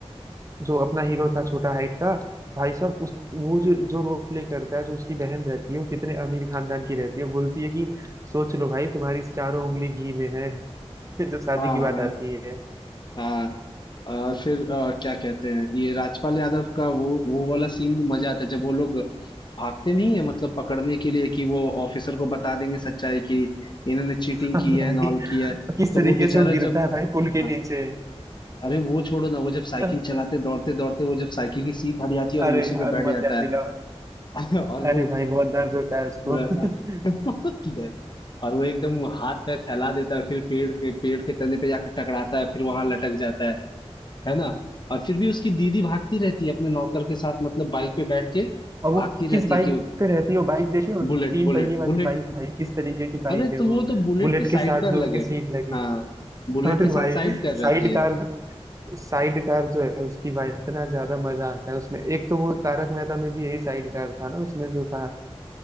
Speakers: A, on the right; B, on the left.
A: जो अपना हीरो था छोटा हाइट का भाई साहब उस वो जो जो रोल प्ले करता है जो उसकी बहन रहती है वो कितने अमीर खानदान की रहती है बोलती है कि सोच लो भाई तुम्हारी चारों उंगली घी में है <laughs> जब शादी
B: हाँ
A: की बात
B: हाँ
A: आती है
B: हाँ और फिर अ, क्या कहते हैं ये राजपाल यादव का वो वो वाला सीन भी मजा आता है जब वो लोग भागते नहीं है मतलब पकड़ने के लिए कि वो ऑफिसर को बता देंगे सच्चाई की इन्होंने चीटिंग
A: <laughs> और
B: की है
A: भाई
B: एंड ऑल किया है
A: किस
B: तो
A: तरीके
B: वो बेचारा
A: से वो गिरता
B: जब
A: है भाई पुल के
B: हाँ,
A: नीचे
B: अरे वो छोड़ो ना वो जब साइकिल
A: <laughs>
B: चलाते दौड़ते दौड़ते वो जब साइकिल की सीट हट जाती है और
A: अरे
B: वो उसी
A: यार
B: पे बैठ
A: मत
B: जाता
A: याद दिला
B: है <laughs> और वो
A: अरे भाई बहुत दर्द होता
B: वो पूरा
A: है उसको <laughs>
B: <laughs> और वो एकदम हाथ पैर फैला देता है फिर पेड़ के पेड़ के तने पे जाकर टकराता है फिर वहां लटक जाता है है ना और फिर भी उसकी दीदी भागती रहती है अपने नौकर के साथ मतलब बाइक पे बैठ के
A: और वो
B: भागती
A: किस
B: रहती
A: बाइक
B: है कि
A: पे रहती है वो बाइक देखिए वो तीन
B: बुलेट बुलेट
A: पहिए वाली
B: बुलेट
A: बाइक भाई किस तरीके की बाइक
B: अरे
A: है
B: तो
A: वो
B: वो तो बुलेट
A: बुलेट
B: के साइड
A: के साथ
B: कर
A: जो उसके
B: लगे
A: सीट लगी
B: हाँ
A: <laughs>
B: बुलेट
A: अरे
B: के साथ
A: भाई
B: साइड कर
A: साइड
B: रहती है
A: कार साइड कार जो है उसकी भाई इतना ज्यादा मजा आता है उसमें एक तो वो तारक मेहता में भी यही साइड कार था ना उसमें जो था